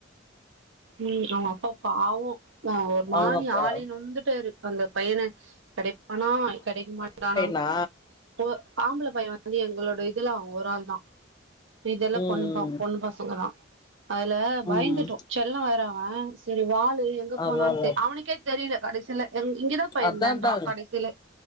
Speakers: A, on the right; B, on the left.
A: ம் அவ அப்பா பாவோ ஆ ஒரு மாதிரி
B: அவங்க அப்பா
A: ஆளே நொந்துட்டாரு அந்த பையனை கிடைப்பானா கிடைக்க மாட்டானா
B: நா
A: ஓ ஆம்பள பைய வந்து எங்களோட இதுல அவ ஒரு ஆள் தா மீதெல்லாம்
B: ம்
A: பொண்ணு தா
B: ம்
A: பொண்ணு பசங்க தா அதுல பயந்துட்டோ
B: ம்
A: செல்லோ வேற அவ செரி வாலு எங்க
B: அதா
A: போனான்
B: அதா
A: தெ அவனுக்கே தெரில கடசியில எ இங்கதாப்பா
B: அதா
A: இருந்தேன்றா
B: அதா
A: கடசியில